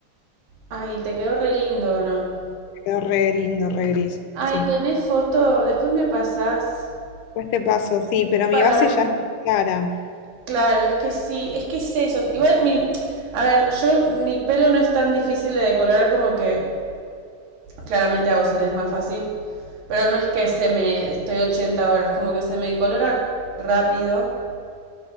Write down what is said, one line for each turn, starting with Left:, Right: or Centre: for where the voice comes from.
Right: Ay, te quedó re lindo, ¿o ¿no?
Left: quedó re lindo, re gris.
Right: Ay,
Left: Sí.
Right: tenés foto, después me pasás.
Left: Pues te paso, sí, pero
Right: Para
Left: mi base
Right: ver.
Left: ya es más clara.
Right: Claro, es que sí, es que es eso. Igual mi, a ver, yo mi pelo no es tan difícil de decolorar como que Claramente a set es más fácil. Pero no es que se me. Estoy 80 horas, como que se me colora rápido.